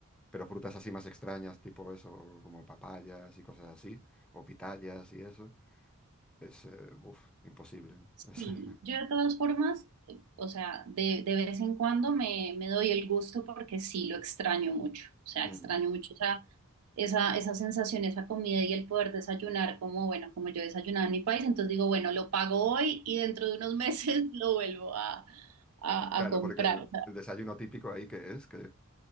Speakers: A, in the centre; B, on the right.
A: Pero frutas así más extrañas, tipo eso, como papayas y cosas así, o pitayas y eso, es, eh, uf, imposible, ¿no? <laughs>
B: Sí, yo de todas formas, eh, o sea, de, de vez en cuando me, me doy el gusto porque sí lo extraño mucho, o sea,
A: Es,
B: extraño
A: mm.
B: mucho, o sea, esa, esa sensación, esa comida y el poder desayunar como, bueno, como yo desayunaba en mi país, entonces digo, bueno, lo pago hoy y dentro de unos meses <laughs> lo vuelvo a, a,
A: Claro,
B: a comprar.
A: porque el el desayuno típico ahí que es, que,